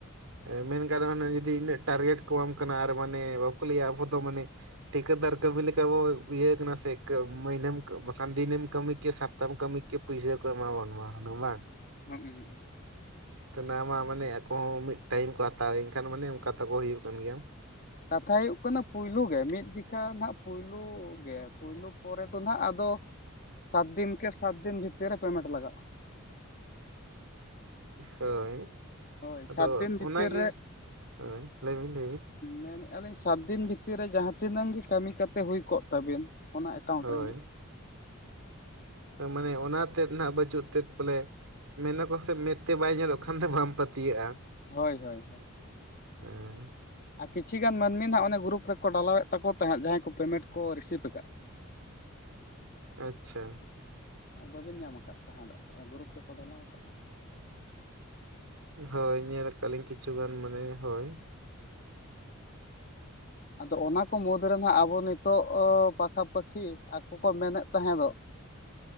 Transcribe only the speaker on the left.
ᱦᱚᱜ-ᱩ ᱦᱩᱜ-ᱩ᱾
ᱠᱟᱛᱷᱟ ᱦᱩᱭᱩᱜ ᱠᱟᱱᱟ ᱯᱩᱭᱞᱩ ᱜᱮ ᱢᱤᱫ ᱡᱮᱠᱷᱟ ᱱᱷᱟᱜ ᱯᱩᱭᱞᱩ ᱜᱮ ᱯᱩᱭᱞᱩ ᱯᱚᱨᱮ ᱫᱚ ᱱᱷᱟᱜ ᱟᱫᱚ᱾ ᱥᱟᱛ ᱫᱤᱱ ᱠᱮ ᱥᱟᱛ ᱫᱤᱱ ᱵᱷᱤᱛᱤᱨ ᱨᱮ ᱯᱮᱢᱮᱴ ᱞᱟᱜᱟᱜ-ᱟ᱾
ᱦᱳᱭ
ᱥᱟᱛ ᱫᱤᱱ ᱵᱷᱤᱛᱤᱨ
ᱢᱮᱱᱮᱜ-ᱟ ᱞᱤᱧ ᱥᱟᱛ ᱫᱤᱱ ᱵᱷᱤᱛᱤᱨ ᱨᱮ ᱡᱟᱸᱦᱟ ᱛᱤᱱᱟᱹᱝ ᱜᱮ ᱠᱟᱢᱤ ᱠᱟᱛᱮ ᱦᱩᱭ ᱠᱚᱜ ᱛᱟᱵᱤᱱ᱾ ᱚᱱᱟ ᱮᱠᱟᱣᱩᱱᱴ
ᱨᱮ ᱦᱤᱡᱩᱜ
ᱦᱳᱭ ᱦᱳᱭ ᱦᱳᱭ᱾
ᱟᱨ ᱠᱤᱪᱷᱤ ᱜᱟᱱ ᱢᱟᱱᱢᱤ ᱱᱷᱟᱜ ᱚᱱᱮ ᱜᱨᱩᱯ ᱨᱮᱠᱚ ᱰᱟᱞᱟᱣᱮᱜ ᱛᱟᱠᱚ ᱛᱟᱸᱦᱮᱜ ᱡᱟᱸᱦᱟᱭ ᱠᱚ ᱯᱮᱢᱮᱱᱴ ᱠᱚ ᱨᱤᱥᱤᱵ ᱠᱟᱜ-ᱟ᱾ <inaudible>
ᱵᱟᱹᱵᱤᱱ ᱧᱟᱢ ᱟᱠᱟᱜ ᱛᱟᱸᱦᱮᱫᱚᱜ ᱜᱨᱩᱯ ᱨᱮᱠᱚ ᱰᱟᱞᱟᱣ ᱠᱟ
ᱟᱫᱚ ᱚᱱᱟ ᱠᱚ ᱢᱩᱫᱽᱨᱮ ᱱᱷᱟᱜ ᱟᱵᱚ ᱱᱤᱛᱚᱜ ᱯᱟᱠᱷᱟ ᱯᱟᱹᱠᱷᱤ ᱟᱠᱚ ᱠᱚ ᱢᱮᱱᱮᱜ ᱛᱟᱦᱮᱸᱫᱚᱜ᱾